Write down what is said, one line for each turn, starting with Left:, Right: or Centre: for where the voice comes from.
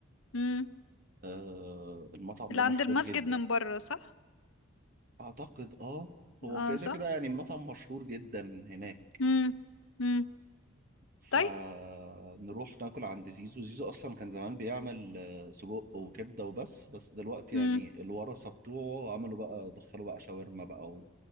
Left: مم.
Right: آه المطعم
Left: اللي
Right: ده
Left: عند
Right: مشهور
Left: المسجد
Right: جدا
Left: من بره صح
Right: اعتقد اه هو
Left: اه
Right: كده
Left: صح
Right: كده يعني المطعم مشهور جدا هناك
Left: مم. مم.
Right: فنروح
Left: طيب
Right: ناكل عند زيزو زيزو اصلا كان زمان بيعمل آه، سجق وكبده وبس بس دلوقتي
Left: مم.
Right: يعني الورثه بتوعه عملوا بقى دخلوا بقى شاورما بقى و...